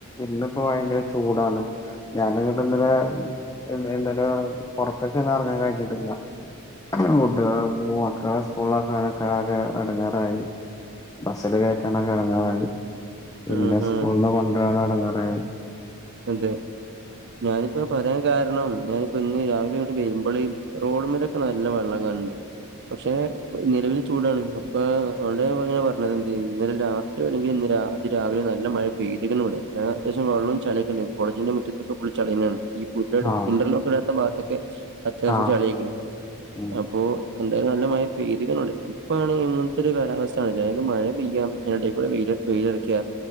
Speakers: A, on the left (about 15°); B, on the right (about 55°).
A: ഇന്നിപ്പോ ഭയങ്കര ചൂടാണ് ഞാനിങ്ങോട്ട് ഇന്നലെ എ എന്തായാലും പുൊറത്തൊക്ക ഇന്നും ഇറങ്ങാൻ കഴിഞ്ഞിട്ടില്ല ഫുഡ് മൂ മക്കള ളക്കെൊക്കെ ആക്കെ എടങ്ങാറായി ബസ്സിില് കയറ്റാനൊക്കെ എടങ്ങാറായി പിന്നെ
B: ആ
A: സ്കൂള്
B: ആ
A: കൊണ്ടരാണ അടങ്ങറായി
B: അതെ ഞാനിപ്പോ പറയാൻ കാരണം ഞാനിപ്പോ ഇന്ന് രാവിലെ ഇവിടെ വരുമ്പളിും റോഡ് മലൊക്കെ നല്ല വെള്ളം കാണണ്ട് പക്ഷെ നിലവില് ചൂടാണ് അപ്പൊ അതൊണ്ട്ങ്ങനെ പറഞ്ഞത് എന്ത് ചെയ്യ ഇന്നലെ രാത്രിയോ അല്ലെങ്കിൽ ഇന്നലെ അതി രാവിലെ നല്ല മഴ പെയ്ത്ക്ക്ണ് വടെ അത്യാവശ്യം വെള്ളം ചളിം കോളേജിന്റെ മുറ്റത്തൊക്കെ ഫുൾ ചളി തണേന്ന് ഈ
A: ആഹ്
B: ഇന്റർലോക്ക് ഇടാത്ത ഭഗത്തൊക്കെ അത്യാവശ്യം
A: ആഹ്
B: ചെളിയിക്കണം
A: ഉം
B: അപ്പോ എന്തായാലും നല്ല മഴ പെയ്ത്ക്ക്ണ് ഇപ്പാണ് ഇങ്ങനത്തെ ഒരു കാലാവസ്ഥ ആ അതായത് മഴ പെയ്യടെ കൂടെ വെയിലറിക്ക